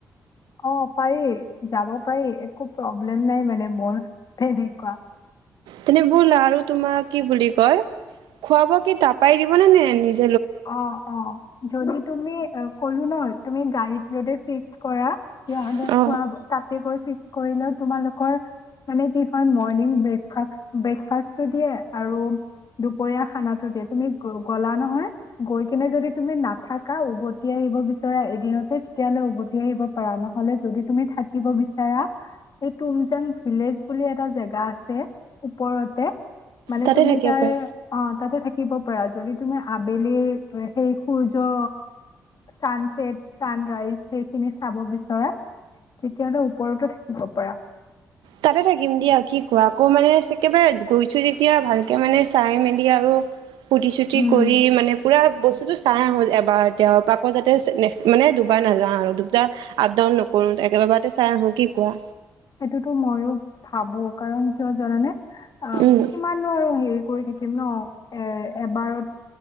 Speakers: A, on the left; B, on the right.
A: অ' পাৰি যাব পাৰি একো প্ৰব্লেম নাই মানে মোৰ তেনেকুৱা।
B: তেনে বলা আৰু তোমাক কি বুলি কয় খুৱাব কি তাপাই দিব নে নে নিজ
A: অ' অ' যদি। তুমি কলো ন তুমি গাইড যদি ফিক্স কৰা। তেতিয়াহ'লে
B: অ
A: খোৱা তাতে গৈ কৰি লোৱা তোমাৰলোকৰ মানে কি কয়, মৰ্নিং ব্ৰেক ফাৰ্ষ্টটো দিয়ে আৰু দূপৰীয়া খানা টো দিয়ে। তুমি গলা নহয়। গৈ কিনে যদি তুমি নাথাকা উভতি আহিব বিচাৰ এদিনতে তেতিয়ালে উভতি আহিব পাৰা নহলে যদি তুমি থাকিব বিচাৰা এই তুমজাং ভিলেজ বুলি এটা জেগা আছে ওপৰতে। মানে
B: তাতে
A: তুমি
B: থাকিব
A: তাৰ
B: পাই
A: অ তাতে থাকিব। যদি তুমি আবেলিৰ। সেই সূৰ্য চানচেট চানৰাইজ সেইখিনি চাব বিচৰা তেতিয়াহলে ওপৰতো থাকিব পাৰা।
B: তাতে থাকিম দিয়া কি কোৱা আকৌ মানে একেবাৰে গৈছো যেতিয়া ভালকে মানে চাই মেলি আৰু। ফু্তি চুতি
A: উম
B: কৰি মানে পুৰা বস্তুটো চাই আহো এবাৰতে আও, আকৌ যাতে নেক্সট মানে দুবাৰ নাযাওঁ আৰু, দুবাৰ আপ ডাউন নকৰো, একেববাৰেতে চাই আহো কি কোৱা?
A: সেইটোতো ময়ো ভাবো, কাৰণ কিয় জানানে? অ,
B: উম
A: কিমাননো আৰু হেৰি কৰি থাকি কিম ন? এ এবাৰত